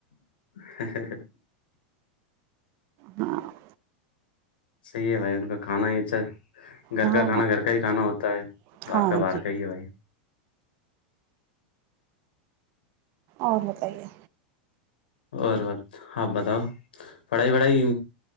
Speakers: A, on the left; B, on the right.
A: ہ
B: ہاں <inaudible>
A: صحیح ہے بھائی ان کا کھانا ہی اچھا ہے گھر
B: ہاں
A: کا کھانا گھر کا ہی کھانا ہوتا ہے
B: ہاں
A: باہر کا
B: ہاں
A: باہر
B: جی
A: کا ہی ہے بھائی
B: اور بتائیے
A: اور ب ہپ بتاؤ پڑھائی وڑھائی